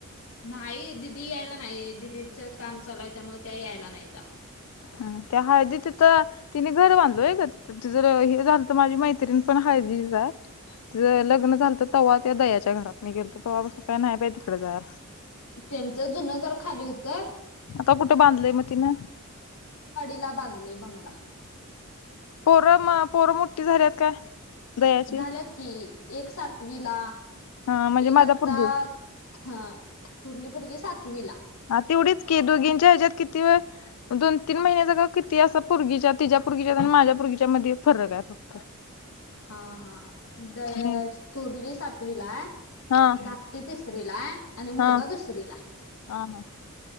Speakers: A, on the left; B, on the left.
A: नाही दिदी यायला नाही दिदींचं काम चालूये त्यामुळे त्या यायला नाहीता.
B: हं त्या हळदी तिथं तिने घर बांधलं व्हय ग? त तिझं तर अ हे झालं त माझी मैत्रीण पण हळदीचीच आहे तिझं लग्न झालंत तव्हा त्या दयाच्या घरात मी गेलतो तव्हा पासून काय न्हाय बाई तिकडे जाया
A: त्यांचं जुनं घर खाली होतं
B: आता कुठं बांधलंय म तिनं?
A: ला बांधलंय बंगला.
B: पोरं म पोरं मोठ्ठी झालीत काय? दयाची
A: झाल्यात कि एक सातवी ला
B: हा म्हणजे
A: एक
B: माझा
A: आत्ता
B: पोरगी होय
A: हं थोरली पोरगी सातवीला.
B: हा तेवढीच की दोघींच्या ह्याच्यात किती वेळ दोन तीन महिन्याचा का किती असा पोरगीच्या तिच्या पोरगीच्यात आणि माझ्या पोरगीच्या मध्ये फरक आहे त
A: हां - हां दया
B: आणि
A: थोरली सात तविला हाय
B: हा
A: धाकटी तिसरीला हाय आणि
B: हा
A: मुलगा दुसरीला
B: हा हा